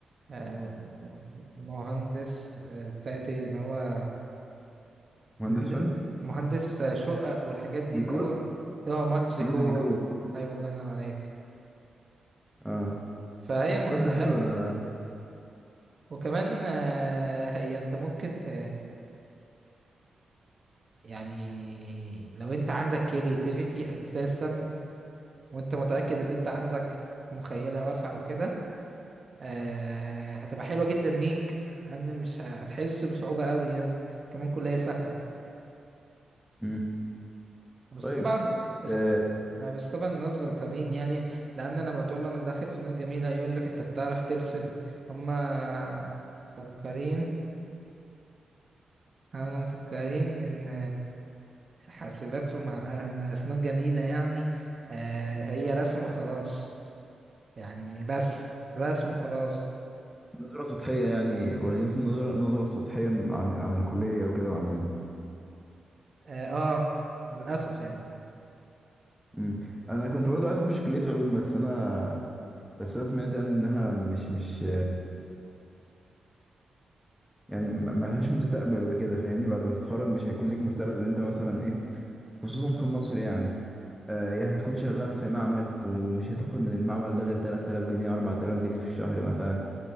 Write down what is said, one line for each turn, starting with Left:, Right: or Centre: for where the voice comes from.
Right: آه مهندس آه بتاعتي اللي هو
Centre: مهندس
Right: مهندس
Centre: فن
Right: مهندس آه، شقق والحاجات دي
Centre: ديكور
Right: اللي هو هو مهندس ديكور
Centre: مهندس ديكور
Right: ايوه الله ينور عليك
Centre: اه
Right: فهي م- آه،
Centre: طب ده
Right: حلو
Centre: حلو انا
Right: وكمان آه هي انت ممكن ت يعني لو انت عندك كرياتيفيتي اساسا وانت متأكد ان انت عندك مخيلة واسعة وكده آه هتبقى حلوة جدا ليك ان مش ه- هتحس بصعوبة قوي يعني كمان كلية سهلة
Centre: مم.
Right: بس
Centre: طيب
Right: طبعا بس
Centre: آه
Right: آه، بس طبعا الناس غلطانين يعني لان لما تقول له انا داخل فنون جميلة يقول لك انت بتعرف ترسم هما مفكرين هما مفكرين ان حاسبات ومع ان فنون جميلة يعني آه هي رسم وخلاص يعني بس رسم وخلاص
Centre: نظرة سطحية يعني واخدين نظرة نظرة سطحية عن عن الكلية وكده وعن
Right: اه آه، للأسف يعني
Centre: مم. انا كنت برضو عايز اخش كلية علوم بس انا بس انا سمعت يعني انها مش مش يعني م- ملهاش مستقبل وكده فاهمني بعد ما تتخرج مش هيكون ليك مستقبل اللي انت مثلا ايه خصوصا في مصر يعني آه، يا هتكون شغال في معمل ومش هتاخد من المعمل ده غير 3000 جنيه 4000 جنيه في الشهر مثلا